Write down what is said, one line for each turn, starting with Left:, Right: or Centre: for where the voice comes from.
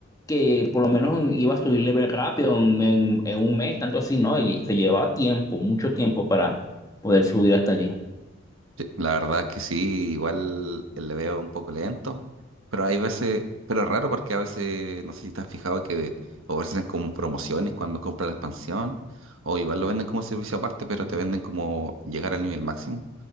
Left: que por lo menos iba a subir level rápido en, en en un mes, tanto así, ¿no? Y se llevaba tiempo, mucho tiempo para poder subir hasta allí.
Right: Sí, La verdad es que sí, igual eh, le veo un poco lento, pero hay veces, pero es raro porque a veces, no sé si te has fijado que ofrecen como promociones cuando compras la expansión, o igual lo venden como servicio aparte, pero te venden como llegar al nivel máximo,